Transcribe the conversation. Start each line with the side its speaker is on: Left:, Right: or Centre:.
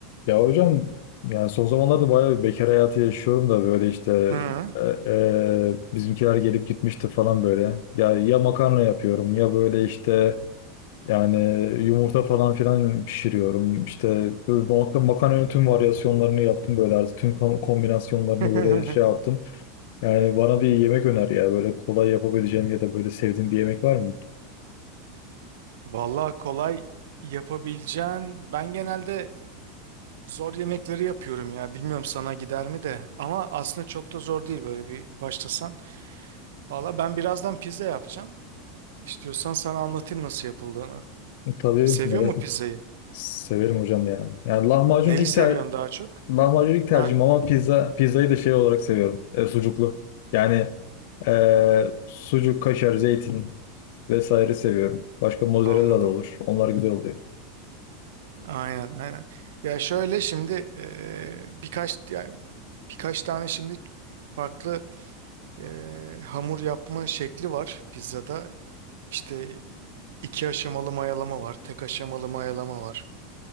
Left: Ya hocam yani son zamanlarda bayağı bir bekar hayatı yaşıyorum da böyle işte
Right: Hı.
Left: e, e, bizimkiler gelip gitmişti falan böyle. Yani ya makarna yapıyorum ya böyle işte yani yumurta falan filan pişiriyorum. İşte böyle makarna, makarnanın tüm varyasyonlarını yaptım böyle artık tüm kom- kombinasyonlarını
Right: <laughs>
Left: böyle şey yaptım. Yani bana bir yemek öner ya böyle kolay yapabileceğim ya da böyle sevdiğim bir yemek var mı?
Right: Vallahi kolay yapabileceğin. Ben genelde zor yemekleri yapıyorum ya. Bilmiyorum sana gider mi de. Ama aslında çok da zor değil böyle bir başlasan. Vallahi ben birazdan pizza yapacağım. İstiyorsan sana anlatayım nasıl yapıldığını.
Left: Tabii
Right: Seviyor
Left: merak
Right: mu pizzayı?
Left: et- severim hocam ya. Yani lahmacun
Right: Neli
Left: ilk
Right: seviyorsun
Left: ter
Right: daha çok?
Left: lahmacun ilk tercihim
Right: Ha,
Left: ama pizza pizzayı da şey olarak seviyorum. E, sucuklu. Yani e, sucuk, kaşar, zeytin vesaire seviyorum. Başka mozzarella
Right: anladım.
Left: da olur. Onlar güzel oluyor.
Right: Aynen aynen. Ya şöyle şimdi eee, birkaç yani birkaç tane şimdi farklı eee, hamur yapma şekli var pizzada. İşte İki aşamalı mayalama var, tek aşamalı mayalama var.